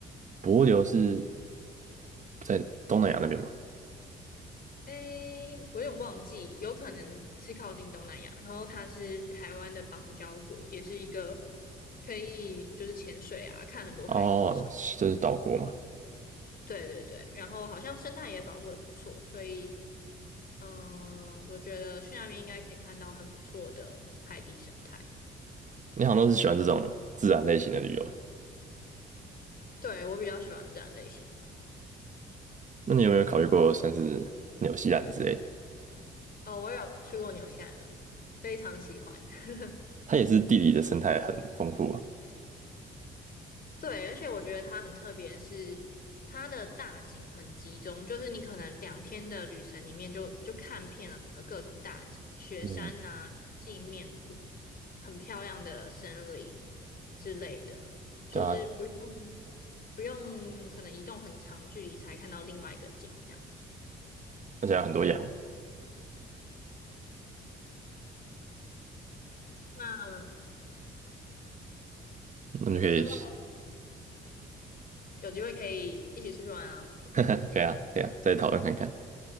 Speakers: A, on the right (about 40°); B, on the left (about 50°).
A: 帛琉是在东南亚那边吗？
B: 诶，我有点忘记，有可能是靠近东南亚，然后它是台湾的邦交国，也是一个可以就是潜水啊，看很多海底。
A: 哦，就是岛国嘛。
B: 对对对，然后好像生态也保护的不错，所以嗯，我觉得去那边应该可以看到很不错的海底生态。
A: 你好像都是喜欢这种自然类型的旅游欸
B: 对，我比较喜欢自然类型的。
A: 那你有没有考虑过像是纽西兰之类的
B: 哦，我有去过纽西兰了，非常喜欢。<laughs>
A: 它也是地理的生态很丰富啊。
B: 对，而且我觉得它很特别是，它的大景很集中，就是你可能两天的旅程里面就就看遍了各种大景，雪山呐、
A: 嗯，
B: 镜面湖，很漂亮的森林之类的，就是不用
A: 对啊，
B: 不用可能移动很长的距离才看到另外一个景这样子。
A: 而且有很多羊，
B: 那
A: 那么就可以，
B: 之后有机会可以一起出去玩啊。
A: <laughs> 可以啊，可以啊，再讨论看看。